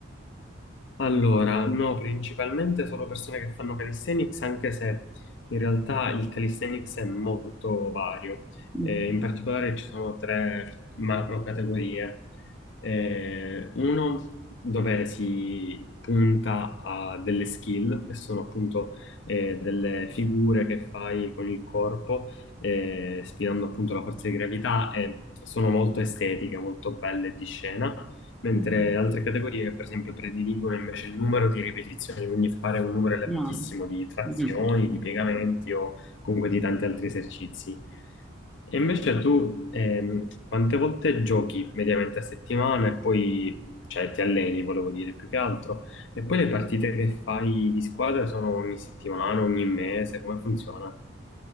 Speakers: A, on the left; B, in the centre.
A: Allora, no, principalmente solo persone che fanno calisthenics, anche se in realtà il calisthenics è molto vario.
B: Mm.
A: Eh, in particolare ci sono tre macro categorie. Eh, uno dove si punta a delle skill, che sono appunto eh, delle figure che fai con il corpo, eh, sfidando appunto la forza di gravità e sono molto estetiche, molto belle di scena mentre
B: Mm.
A: altre categorie che per esempio prediligono invece il numero di ripetizioni, quindi fare un numero elevatissimo
B: No.
A: di trazioni,
B: Mm.
A: di piegamenti o comunque di tanti altri esercizi. E invece tu ehm, quante volte giochi mediamente a settimana e poi cioè, ti alleni, volevo dire, più che altro? E poi le partite che fai di squadra sono ogni settimana, ogni mese, come funziona?